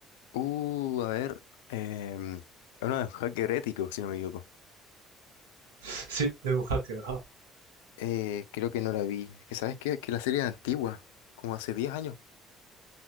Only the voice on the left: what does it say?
Uh, a ver. em, es uno de los hacker ético, si no me equivoco.
Eh, creo que no la vi. Es que, ¿sabes qué? Es que la serie es antigua. Como hace 10 años,